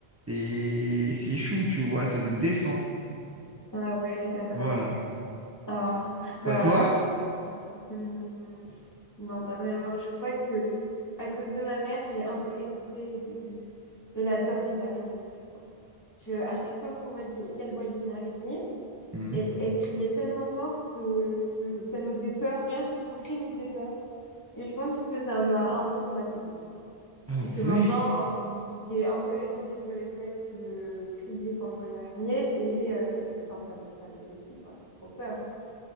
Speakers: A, on the right; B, on the left.
A: C'est c'est chou, tu vois, ça nous défend.
B: Ah ouais, d'accord.
A: Voilà.
B: Ah. Bah
A: Pas toi?
B: Hmm, non, pas vraiment. Je crois que à cause de ma mère, j'ai un peu hérité du de la peur des araignées, tu vois. Je, à chaque fois qu'on voyait qu'elle voyait une araignée,
A: Mhm.
B: elle, elle criait tellement fort que ça nous faisait peur, rien que son cri nous faisait peur. Et je pense que ça m'a un peu traumatisée, tu vois.
A: Ah
B: Et que maintenant,
A: ouais,
B: euh, j'ai un peu hérité du réflexe de crier quand je vois une araignée et euh, enfin ça, me- ça me terrifie, enfin j'ai trop peur.